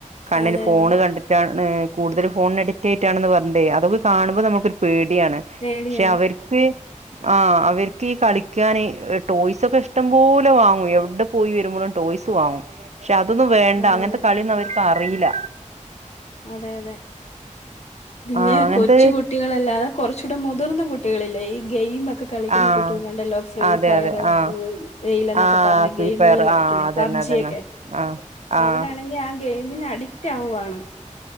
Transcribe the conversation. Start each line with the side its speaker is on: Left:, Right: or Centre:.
Right: കണ്ണിന്
Left: അതെ
Right: ഫോണ്
Left: അതെ
Right: കണ്ടിട്ടാണ്- ഉം കൂടുതൽ ഫോണിന് അഡിക്റ്റായിട്ടാണെന്ന് പറഞ്ഞട്ടത്. അതൊക്ക കാണുമ്പോൾ നമ്മുക്കൊരു പേടി. ടിയാണ്
Left: പേടിയാണ്
Right: പക്ഷെ അവർക്ക് ആ അവർക്ക് ഈ കളിക്കാന് ടോയ്സൊക്കെ ഇഷ്ടം പോലെ വാങ്ങും എവിടെ പോയി വരുമ്പോഴും ടോയ്‌സ് വാങ്ങും. പക്ഷേ അതൊന്നും വേണ്ട
Left: അതെ
Right: അങ്ങ
Left: അതെ
Right: അവരിക്ക് അറിയില്ല.
Left: അതെയതെ. പിന്നെ
Right: ആഹ് അങ്ങനത്തെ
Left: കൊച്ചു കുട്ടികളല്ലാതെ കൊറച്ച് ഇവിടെ മുതിർന്ന കുട്ടികളില്ലേ ഈ ഗെയിമൊ ക്കെ കളിക്കുന്ന
Right: ആഹ്
Left: കുട്ടികളുണ്ടല്ലോ ഫ്രീ
Right: അതെ
Left: ഫയറ്,
Right: അതെ ആഹ്
Left: ബ്ലു വെയില്
Right: ആഹ് ഫ്രീ
Left: ഗെയിമുകൾ
Right: ഫയർ
Left: കളിക്കണ
Right: ആഹ് അതന്നെ
Left: പബ്ജിയൊക്കെ
Right: അതന്നെ ആഹ് ആഹ്
Left: അവനാണങ്കി ആ ഗെയിമിന് അഡിക്റ്റ് ആവുവാണ്.